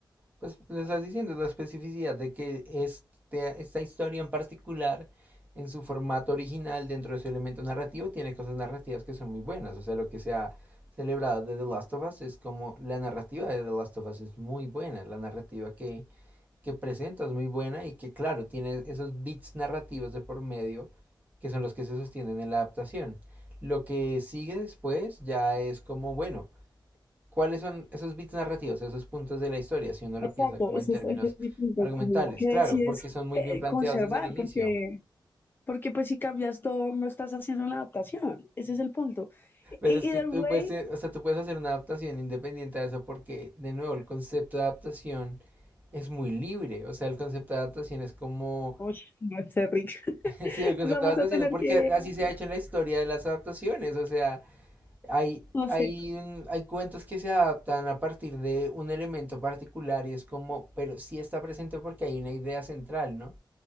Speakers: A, on the right (about 20°); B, on the left (about 25°).
A: Pues le estás diciendo la especificidad de que este, esta historia en particular, en su formato original, dentro de su elemento narrativo, tiene cosas narrativas que son muy buenas. O sea, lo que se ha celebrado de The Last of Us es como la narrativa de The Last of Us es muy buena. La narrativa que, que presenta es muy buena y que, claro, tiene esos bits narrativos de por medio que son los que se sostienen en la adaptación. Lo que sigue después ya es como, bueno. ¿Cuáles son esos bits narrativos, esos puntos de la historia, si uno lo
B: Exacto,
A: piensa como
B: ese
A: en términos
B: es, ese es mi punto,
A: argumentales?
B: es como que
A: Claro,
B: decides
A: porque son muy
B: eh,
A: bien planteados
B: conservar,
A: desde el inicio.
B: porque, porque pues si cambias todo, no estás haciendo una adaptación, ese es el punto.
A: Pero
B: y
A: es
B: Either
A: que tú
B: way,
A: puedes, eh, o sea, tú puedes hacer una adaptación independiente de eso porque, de nuevo, el concepto de adaptación es muy libre. O sea, el concepto de adaptación es como...
B: uy, no sé, Rick, <laughs>
A: <laughs> Sí, el concepto
B: vamos
A: de adaptación
B: a tener
A: es porque
B: que,
A: así se ha hecho en la historia de las adaptaciones. O sea, hay...
B: no sé,
A: Hay, un- hay cuentos que se adaptan a partir de un elemento particular y es como, pero sí está presente porque hay una idea central, ¿no?